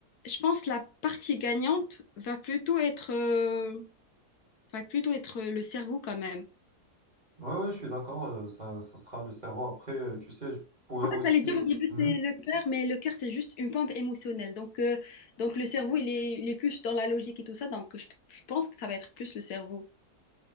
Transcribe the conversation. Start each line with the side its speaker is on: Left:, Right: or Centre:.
Left: je pense que la partie gagnante va plutôt être, euh, va plutôt être le cerveau quand même.
Right: Oui, oui, je suis d'accord, euh, ça, ça sera le cerveau. Après, euh, tu sais, je pourrais
Left: En
Right: aussi...
Left: fait, j'allais dire au début,
Right: Mhm.
Left: c'est le cœur, mais le cœur, c'est juste une pompe émotionnelle. Donc, euh, donc le cerveau, il est, il est plus dans la logique et tout ça. Donc, je, je pense que ça va être plus le cerveau.